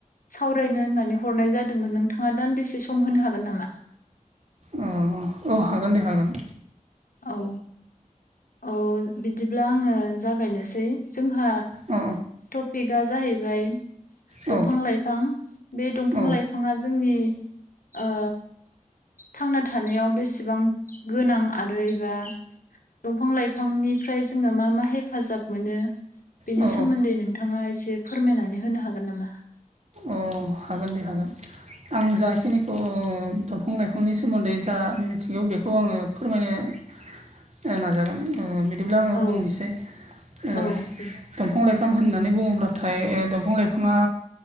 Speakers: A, on the left; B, on the right.
A: सावरायनो होननानै हरनाय जादोंमोन नोंथाङा दान्दिसे सम होनो हागोन नामा?
B: अ औ हागोन दे हागोन।
A: औ औ बिदिब्ला आङो जागायनोसै जोंहा
B: ओ।
A: टपिकआ जाहैबाय
B: औ
A: दंफां लाइफां बे दंफां
B: औ
A: लाइफां बिफाङा जोंनि ओ थांना थानायाव बेसेबां गोनां आरो एबा दंफां लाइफांनिफ्राय जोङो मा मा हेफाजाब मोनो। बेनि
B: औ
A: सोमोन्दै नोंथाङा एसे फोरमायनानै होनो हागोन नामा?
B: अ हागोन दे हागोन। आं जाखिनिखौ दंफां लाइफांनि सोमोन्दै जा मिथिगौ बेखौ आङो फोरमायनो नाजागोन बिदिब्ला आङो
A: औ
B: बुंनोसै ओ
A: औ दे
B: दंफां लाइफां होननानै बुङोब्लाथाय दंफां लाइफाङा